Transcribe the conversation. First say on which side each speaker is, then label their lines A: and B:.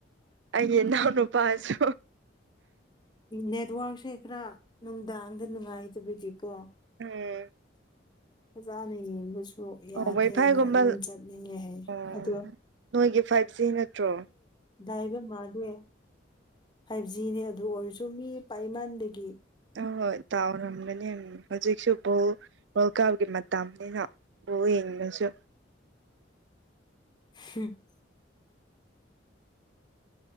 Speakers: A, on the right; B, on the left.
A: ꯑꯩꯒꯤ ꯏꯅꯥꯎ ꯅꯨꯄꯥꯁꯨ
B: ꯅꯦꯠꯋꯥꯔꯛꯁꯦ ꯈꯔ ꯅꯨꯡꯗꯥꯡꯗ ꯅꯨꯡꯉꯥꯏꯗꯕꯗꯤꯀꯣ
A: ꯎꯝ
B: ꯐꯖꯅ ꯌꯦꯡꯕꯁꯨ <unintelligible> ꯌꯥꯗꯦ
A: ꯑꯣ ꯋꯥꯏꯐꯥꯏꯒꯨꯝꯕ
B: ꯍꯥꯏꯅ ꯌꯨꯝ ꯆꯠꯅꯤꯡꯉꯦ ꯍꯥꯏ
A: ꯑꯣ
B: ꯑꯗꯨ
A: ꯅꯣꯏꯒꯤ ꯐꯥꯏꯚ ꯖꯤ ꯅꯠꯇ꯭ꯔꯣ
B: ꯗꯥꯏꯕ ꯃꯥꯜꯂꯦ ꯐꯥꯏꯚ ꯖꯤꯅꯦ ꯑꯗꯨ ꯑꯣꯏꯔꯁꯨ ꯃꯤ ꯄꯥꯏꯃꯥꯟꯕꯒꯤ
A: ꯑꯣ ꯍꯣꯏ ꯇꯥꯎꯔꯝꯒꯅꯤ ꯑꯝ ꯍꯧꯖꯤꯛꯁꯨ ꯕꯣꯜ ꯋꯥꯔꯜ ꯀꯥꯞꯀꯤ ꯃꯇꯝꯅꯤꯅ ꯕꯣꯜ ꯌꯦꯡꯉꯁꯨ
B: ꯍꯝ